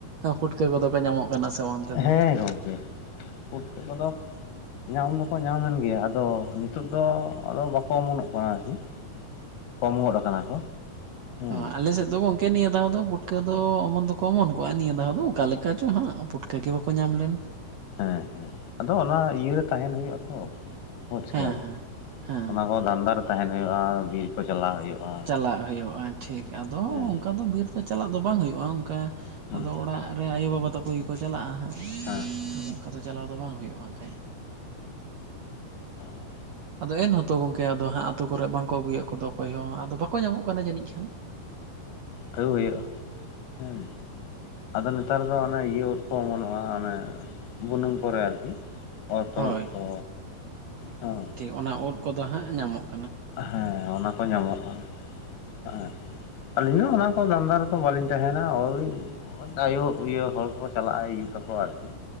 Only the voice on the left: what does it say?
ᱦᱮᱸ ᱜᱚᱢᱠᱮ ᱯᱩᱴᱠᱟᱹ ᱠᱚᱫᱚᱼᱼ ᱧᱟᱢ ᱫᱚᱠᱚ ᱧᱟᱢᱮᱱ ᱜᱮᱭᱟ ᱟᱫᱚ ᱱᱤᱛᱚᱜ ᱫᱚ ᱟᱫᱚ ᱵᱟᱠᱚ ᱚᱢᱚᱱᱚᱜ ᱠᱟᱱᱟ ᱟᱨᱠᱤ᱾ ᱠᱚᱢ ᱜᱚᱫ ᱟᱠᱟᱱᱟ ᱠᱚ᱾ ᱦᱮᱸ
ᱦᱮᱸ ᱦᱮᱸ, ᱟᱫᱚ ᱚᱱᱟ ᱤᱭᱟᱹ ᱨᱮ ᱛᱟᱦᱮᱱ ᱦᱩᱭᱩᱜ-ᱟ ᱛᱚ᱾ ᱵᱩᱡᱷ
ᱠᱮᱫᱟᱵᱤᱱ
ᱚᱱᱟ ᱠᱚ ᱫᱷᱟᱱᱫᱟ ᱨᱮ ᱛᱟᱦᱮᱱ ᱦᱩᱭᱩᱜᱼᱟ, ᱵᱤᱨ ᱠᱚ ᱪᱟᱞᱟᱣ ᱦᱩᱭᱩᱜᱼᱟ᱾
ᱦᱮᱸ
ᱦᱮᱸ
ᱦᱮᱸ
ᱚᱸ
ᱛᱟᱹᱣ ᱦᱩᱭᱩᱜᱼᱟ᱾ ᱦᱮᱸ ᱟᱫᱚ ᱱᱮᱛᱟᱨ ᱫᱚ ᱚᱱᱮ ᱤᱭᱟᱹ ᱩᱫ ᱠᱚ ᱚᱢᱚᱱᱚᱜᱼᱟ ᱚᱱᱮ ᱵᱩᱱᱩᱢ ᱠᱚᱨᱮ ᱟᱨᱠᱤ᱾ ᱚᱨᱛᱳᱫ
ᱳᱫ ᱠᱚ ᱦᱮᱸ᱾
ᱦᱮᱸ ᱚᱱᱟ ᱠᱚ ᱧᱟᱢᱚᱜ-ᱟ ᱦᱮᱸ᱾ ᱟᱹᱞᱤᱧ ᱫᱚ ᱚᱱᱟ ᱠᱚ ᱫᱟᱱᱫᱟ ᱨᱮ ᱫᱚ ᱵᱟᱹᱞᱤᱧ ᱛᱟᱦᱮᱱᱟ ᱳᱭᱼᱼ ᱟᱭᱳ ᱤᱭᱟᱹ ᱦᱚᱲ ᱠᱚᱠᱚ ᱪᱟᱞᱟᱜᱼᱟ ᱭᱩ ᱛᱟᱠᱚ ᱟᱨᱠᱤ,